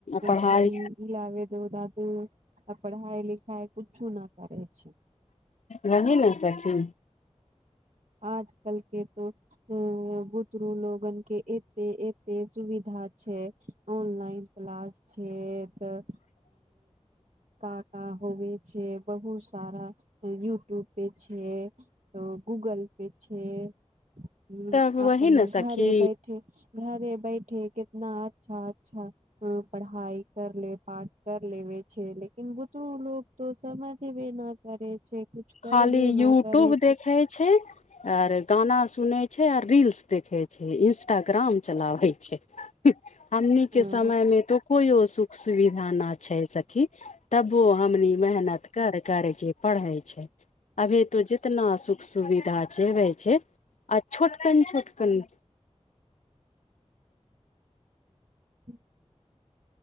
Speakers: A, on the left; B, on the right.
A: पढ़ाइ
B: दादी इलावे द दादू आ पढ़ाइ लिखा कूछु न करे छैय
A: वही ने सखी
B: आजकल के तो उ बुतरू लोगन के एते एते सुविधा छैय ऑनलाइन क्लास छैय त का का होवे छैय बहुत सारा यूट्यूब पे छैय। त गूगल पे छैय ह
A: तब
B: आपन
A: वही ने
B: घरे
A: सखी
B: बैठे घरे बैठे कितना अच्छा अच्छा पढ़ाई कर ले पाठ कर ले लेकिन बुतरु लोक त समझ भे न करे छै कुछ करबे
A: खाली यूट्यूब
B: न करे
A: देखै छै आर गाना सुनै छै आर रील्स देखैत छै इंस्टाग्राम चलाबै छैक हमनी के
B: ह
A: समय मे तो कोइयो सुख सुविधा न छै सखि तबो हमनी मेहनत कर केँ पढ़ैत छै अभी तो जितना सुख सुविधा छैक छोटकन छोटकन
B: <inaudible>